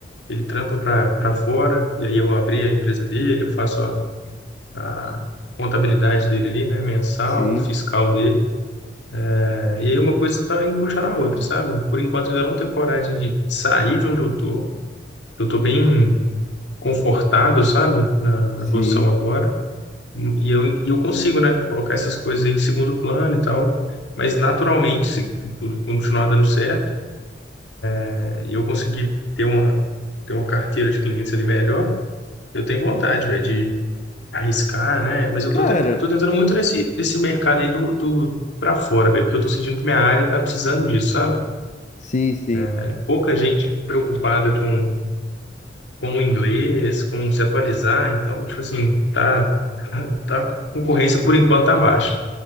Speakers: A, on the left; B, on the left.
A: ele trampa para para fora, e aí eu abri a empresa dele, eu faço a, a contabilidade dele ali, né, mensal,
B: Sim,
A: fiscal dele. É, e aí uma coisa tá indo puxar na outra, sabe? Por enquanto eu ainda não tenho coragem de sair de onde eu tô. Eu tô bem confortável, sabe? Na,
B: sim.
A: na posição agora E eu, e eu consigo, né, colocar essas coisas aí em segundo plano e tal, mas naturalmente, se tudo continuar dando certo, né, e eu conseguir ter uma, ter uma carteira de clientes ali melhor, eu tenho vontade, velho, de arriscar, né? Mas eu
B: Cara,
A: tô, tenta, eu tô tentando muito nesse, nesse mercado aí do, do para fora, velho, porque eu tô sentindo que minha área tá precisando disso, sabe?
B: sim, sim.
A: É, Pouca gente preocupada com, com o inglês, com se atualizar, então, tipo assim, tá, <laughs> tá, a concorrência por enquanto tá baixa.